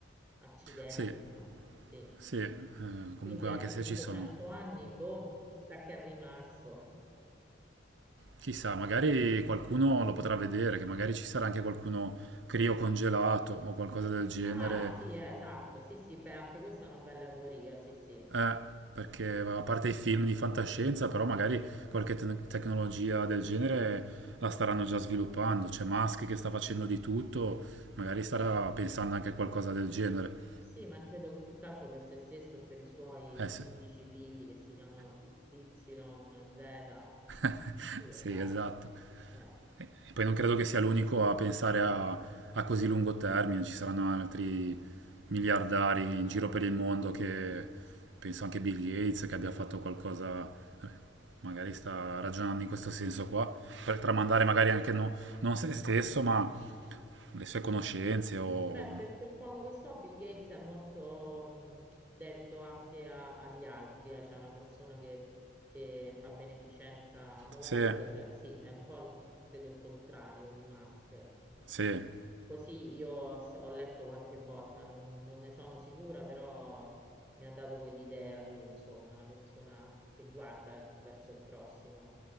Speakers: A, in the centre; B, on the right (about 75°).
A: accidenti,
B: Sì.
A: cioè, sì.
B: Sì, eh, comunque
A: Quindi ecco,
B: anche se
A: 500
B: ci sono,
A: anni, boh, <laughs> chissà che è rimasto.
B: chissà, magari qualcuno lo potrà vedere, che magari ci sarà anche qualcuno criocongelato o qualcosa del genere,
A: Ah, sì, eh, esatto. Sì, sì, beh, anche questa è una bella teoria. Sì, sì.
B: eh, perché
A: Sì,
B: a parte i film di fantascienza, però magari qualche te- tecnologia del genere la staranno già sviluppando, c'è Musk che sta facendo di tutto, magari starà pensando anche a qualcosa del genere.
A: Sì, ma credo che più che altro per se stesso e per i suoi
B: Eh sì,
A: 15 figli che si chiamano XY, Z.
B: <laughs>
A: Sì,
B: sì,
A: esatto.
B: esatto.
A: Eh,
B: E poi non credo che sia l'unico a pensare a, a così lungo termine, ci saranno altri miliardari in giro per il mondo che penso anche Bill Gates che abbia fatto qualcosa, eh, magari sta ragionando in questo senso qua, per tramandare magari anche no- non se stesso, ma le sue conoscenze o
A: Beh, per quel poco che so, Bill Gates è molto mh, dedito anche a- agli altri, eh, cioè è una persona che, che fa beneficenza molto,
B: se,
A: cioè sì, è un po' il- credo il contrario di Musk.
B: se,
A: Così io s- ho letto qualche volta, non, non ne sono sicura, però mi ha dato quell'idea lui, insomma, una persona che guarda verso il prossimo.